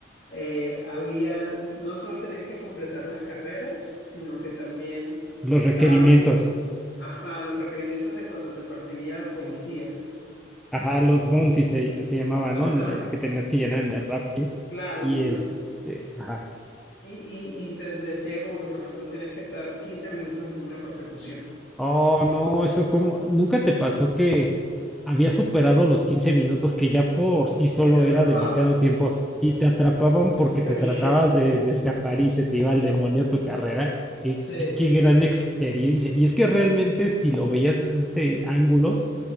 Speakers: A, on the left; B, in the centre.
A: eh, había, no solo tenías que completar las carreras, sino que también
B: los
A: estaban,
B: requerimientos,
A: ajá, los requerimientos de cuando te perseguía la policía.
B: ajá, los bounties se, se llamaba,
A: Ajá,
B: ¿no? El Que tenías que llenar en el rap kit.
A: claro,
B: Y
A: y entonces,
B: este, ajá.
A: y, y, y te decía como que, por ejemplo, tenías que estar 15 minutos en una persecución.
B: Oh, no, eso como, ¿nunca te pasó que había superado los quince minutos que ya por sí solo
A: Y te atrapaban.
B: era demasiado tiempo y te atrapaban porque
A: Sí.
B: te
A: <laughs>
B: tratabas de, de escapar y se te iba el demonio a tu carrera? Qué,
A: Sí,
B: qué,
A: sí,
B: qué gran
A: sí, sí.
B: experiencia. Y es que realmente si lo veías desde ese ángulo,